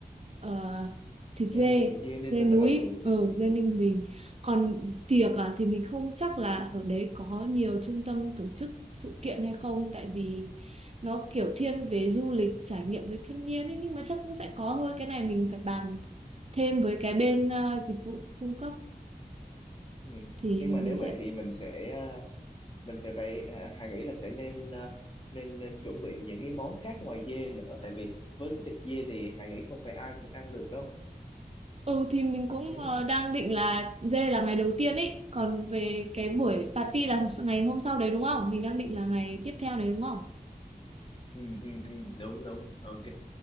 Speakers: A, on the right (about 45°); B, on the left (about 35°).
A: ờ, thịt
B: ừ,
A: dê
B: dê nên
A: dê
B: bình
A: núi
B: à? ừ,
A: ở
B: ừ,
A: dê
B: ừ,
A: Ninh Bình còn tiệc à thì mình không chắc là ở đấy có nhiều trung tâm tổ chức sự kiện hay không tại vì nó kiểu thiên về du lịch trải nghiệm với thiên nhiên ấy nhưng mà chắc cũng sẽ có thôi cái này mình phải bàn thêm với cái bên ờ, dịch vụ cung cấp
B: ừ.
A: thì
B: Nhưng mà
A: mình
B: nếu
A: sẽ
B: vậy thì mình sẽ à, mình sẽ phải à, Hà nghĩ là sẽ nên ờ, nên nên chuẩn bị những cái món khác ngoài dê nữa tại vì với cái thịt dê thì Hà nghĩ không phải ai cũng ăn được đâu
A: Ừ thì mình cũng
B: ừ.
A: ờ, đang định là dê là ngày đầu tiên ấy Còn về cái buổi party là ngày hôm sau đấy đúng không? Mình đang định là ngày tiếp theo đấy đúng không?
B: ừ ừ ừ đúng đúng ok